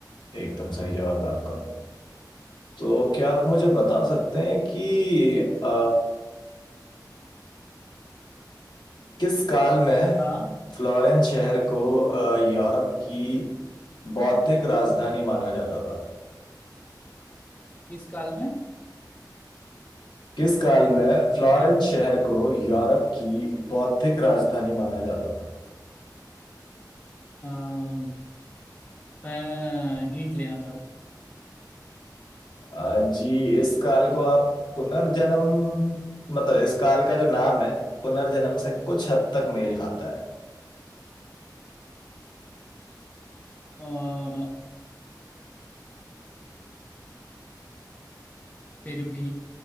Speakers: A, on the left; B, on the left.
A: एकदम सही जवाब है आपका तो क्या आप मुझे बता सकते हैं कि आ, किस काल में
B: हाँ
A: फ्लोरेंस शहर को अ, यूरोप की बौद्धिक राजधानी माना जाता था
B: किस काल में
A: किस काल में फ्लोरेंस
B: क्या
A: शहर को यूरोप की बौद्धिक राजधानी माना जाता था
B: अ, मैं हिंट लेना चाहूंगा
A: अ, जी इस काल को आप पुनर्जन्म मतलब इस काल का जो नाम है पुनर्जन्म से कुछ हद तक मेल खाता है
B: अ, फिर भी